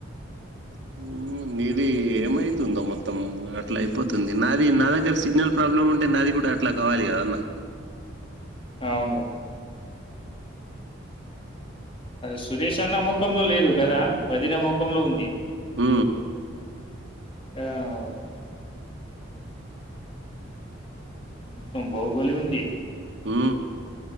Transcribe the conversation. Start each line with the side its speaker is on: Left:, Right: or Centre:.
Right: హు ఏమైతుందో మొత్తం అట్లా అయిపోతుంది నాది నా దగ్గర సిగ్నల్ ప్రాబ్లమ్ ఉంటే నాది కూడా అట్లా కావాలి కదా నా
Left: అవును సురేష్ అన్న ముఖంలో లేదు కదా, వదిన ముఖంలో ఉంది.
Right: ఊ
Left: ఆ అవును తుమ్ బాహుబలి ఉంది
Right: ఊ